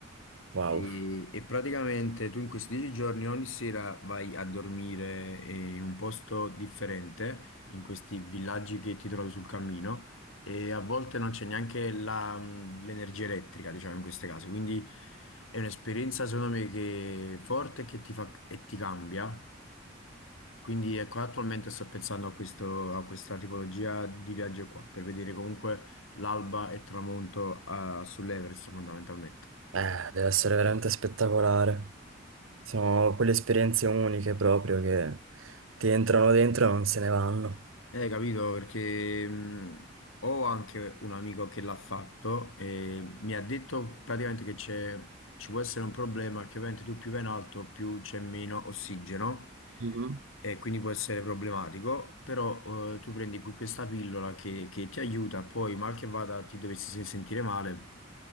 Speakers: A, on the right (about 85°); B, on the left (about 85°).
A: Wow.
B: E, e praticamente tu in questi dieci giorni ogni sera vai a dormire eh, in un posto differente, in questi villaggi che ti trovi sul cammino, e a volte non c'è neanche la- mhmm, l'energia elettrica, diciamo, in queste case. Quindi è un'esperienza, secondo me, che è forte e che ti fa, e ti cambia. Quindi ecco, attualmente sto pensando a questo, a questa tipologia di viaggio qua, per vedere comunque l'alba e il tramonto eh, sull'Everest fondamentalmente.
A: Eh, deve essere veramente spettacolare. Sono quelle esperienze uniche proprio che ti entrano dentro e non se ne vanno.
B: Eh, capito, perché mh, ho anche un amico che l'ha fatto e mi ha detto praticamente che c'è, ci può essere un problema, che ovviamente tu più vai in alto più c'è meno ossigeno
A: Mhm.
B: e quindi può essere problematico, però eh, tu prendi qui questa pillola che, che ti aiuta, poi mal che vada ti dovessi se- sentire male,